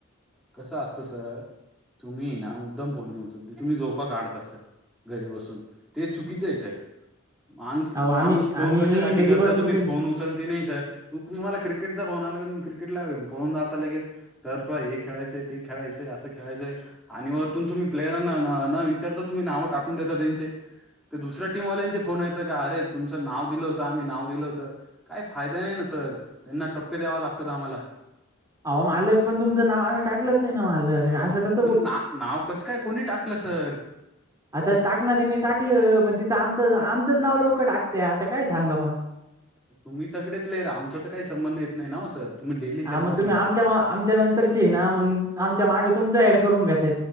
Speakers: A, in the centre; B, on the right (about 15°).
A: कसं असतो सर तुम्ही ना मुद्दम पोहन नवत तुम्ही जोपा काढताात सर. घरी बसून ते चुकीचं आहे सर. माणूस
B: अहो आम्ही
A: माणूस फोन
B: आम्ही
A: कशासाठी
B: घरी
A: करता
B: बसून
A: तुम्ही
B: कधी
A: फोन उचलते नाही सर त तु्हाला क्रिकेटचा फोन आला तुम्ही क्रिकेटला पळून जाता लगे तर त एक खेळायं ते खेळायचें असं खेळायचंय आणि वरतून तुम्ही प्लेयरांना न विचारता तुम्ही नावं टाकून देता त्यांचे ते दुसऱ्या टीमवाल्यांचे फोन येतं का अर तुमचं नाव दिलं होतं आम्ही नाव दिलं होतं काय फायदा नाही ना सर त्यांना टप्पे द्यावा लागतात आम्हाला
B: हो मालक पण तुमचं नाव आम्ही टाकलत नाही ना मालक असं कस
A: मण ना नाव कसं काय कोणी टाकलं सर.
B: आता टाकणाऱ्यांनी टाकलं पण तिथं आमचं आमचंच नाव लोक टाकते आता काय सांगा
A: तुम्ही तगडे प्लेर आमचा तर काही संबंध येत नाही ना सर तुम्ही डेली
B: हा
A: खेळणारे
B: मग तुम्ही
A: मुलं
B: आमच्या आमच्या नंतरची ना मग आमच्या मागे तुमच ऍड करून घ्या त्या